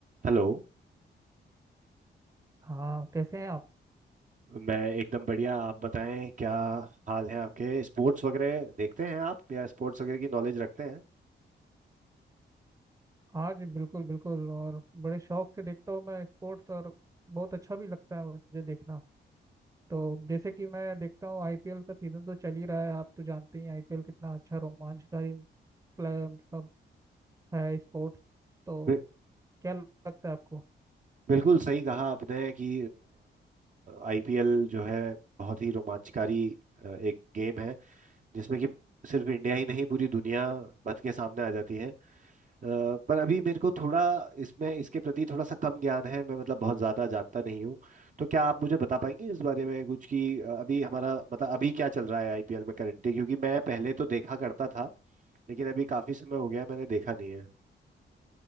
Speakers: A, on the right; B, on the right.
A: हेलो
B: हाँ कैसे हैं आप
A: मैं एकदम बढ़िया आप बताएं क्या हाल है आपके स्पोर्ट्स वगैरह देखते हैं आप या स्पोर्ट्स वगैरह की नॉलेज रखते हैं
B: आज बिल्कुल बिल्कुल और बड़े शौक से देखता हूँ मैं स्पोर्ट्स और बहुत अच्छा भी लगता है मुझे देखना तो जैसे कि मैं देखता हूँ आईपीएल का सीजन तो चल ही रहा है आप तो जानते ही हैं आईपीएल कितना अच्छा रोमांचकारी प्ले- मतलब है स्पोर्ट्स तो
A: बि-
B: क्या लगता है आपको
A: बिल्कुल सही कहा आपने कि आईपीएल जो है बहुत ही रोमांचकारी अ, एक गेम है जिसमें कि सिर्फ इंडिया ही नहीं पूरी दुनिया बत के सामने आ जाती है अ, पर अभी मेरे को थोड़ा इसमें इसके प्रति थोड़ा सा कम ज्ञान है मैं मतलब बहुत ज़्यादा जानता नहीं हूँ तो क्या आप मुझे बता पाएंगे इस बारे में कुछ कि अ, अभी हमारा मतलब अभी क्या चल रहा है आईपीएल में करंटली क्योंकि मैं पहले तो देखा करता था लेकिन अभी काफ़ी समय हो गया है मैंने देखा नहीं है